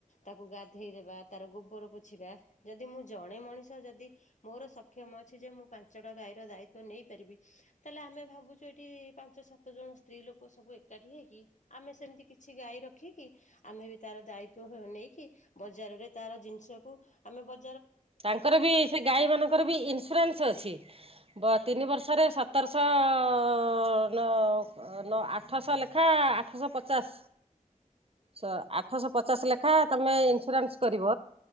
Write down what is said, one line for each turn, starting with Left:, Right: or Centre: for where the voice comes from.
Left: ତାକୁ ଗାଧେଇ ଦେବା ତାର ଗୋବର ପୋଛିବା ଯଦି ମୁଁ ଜଣେ ମଣିଷ ଷ ଯଦି ମୋର ସକ୍ଷମ ଅଛି ଯେ ମୁଁ ପାଞ୍ଚଟା ଗାଈର ଦାୟି ତ୍ୱ ନେଇପାରିବି ତାହେଲେ ଆମେ ଭାବୁଚୁ ଏ ଏଇ ପାଞ୍ଚ ସାତ ଜଣ ସ୍ତ୍ରୀ ଲୋକ ସବୁ ଏକାଠି ହେଇ କି ଆମେ ସେମିତି କିଛି ଗାଈ ର ଠିକି ଆମେ ବି ତାର ଦାୟି ତ୍ୱ ନେଇକି ବଜାରରେ ତାର ଜିନିଷକୁ ଆମେ ବ
Right: ତାଙ୍କର ବି ସେ ଗାଈ ମାନଙ୍କର ବି ଇନସୁରାନସ ଅଛି। ବ ତିନି ବର୍ଷରେ ସତରଶ ଅ-ନଅ-ଅ-ନଅ ଆଠଶ ଲେଖା ଆଠଶ ପଚାଶ ସ-ଆଠଶ ପଚାଶ ଲେଖା ତମେ ଇନସୁରାନସ୍ କରିବ